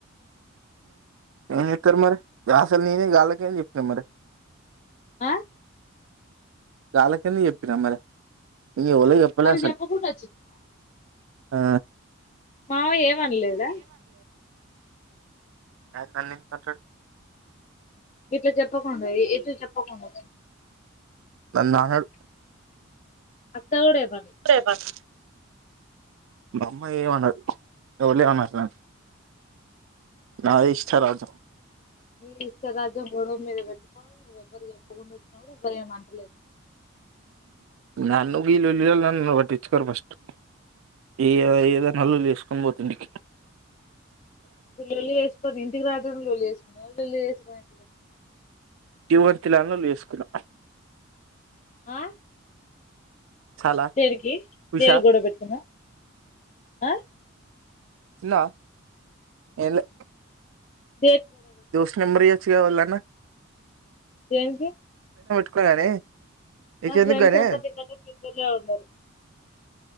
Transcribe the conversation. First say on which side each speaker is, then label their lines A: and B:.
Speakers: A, on the right; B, on the left.
A: ఏం చేస్తారు మరి అసలు నేనే వాళ్లకేం చేపినం మరి
B: ఆ
A: వాళ్ళతో నే చెప్పినా మరి ఇ ఓల చేపలే
B: వాళ్ళకి
A: అసలు
B: చెప్పకుండా
A: ఆ
B: మామయ్య ఏమనలేదా
A: అ నన్ని ఎందుకు అంటాడు
B: ఇట్లా చెప్పకుండా ఏటు చెప్పకుండా
A: నన్న అనడు
B: అక్క కూడా ఏమనలేదు
A: సరే బస్ మా అమ్మా ఏ అన్నాదు ఎవర అన్నారు నన్ని నాదే ఇష్ట రాజ్యం
B: ని ఇష్ట రాజ్యం గొడవ మీద పెట్టుకోవి నువ్వు ఎవరు చెప్పకుండా వచ్చినా కూడా ఎవ్వరు ఏం అంటలేదు
A: నన్ను వీలుల్లు నన్ను పట్టించుకోరు ఫస్ట్ ఏ ఏదైనా లొల్లి చేసుకొని పోతుంటికి
B: లొల్లీ చేసుకోని ఇంటికి రాకనే లొల్లి చేసుకోని లొల్లి చేసుకోని
A: <unintelligible> చేసుకున్నా
B: ఆ
A: చాలా
B: దేనికి
A: ఉషా
B: దేనికి గొడవ పెట్టుకున్నావు ఆ
A: తిన్నావా ఎం లే
B: స
A: దోస్త్ నెంబర్ ఇయొచ్చుగ ఎవళ్ళన్న
B: దేనికి
A: <unintelligible> నీకెందుకు
B: నా ఫ్రెండ్స్
A: గాని
B: అంతా నికనే పెద్దోలే ఉన్నారు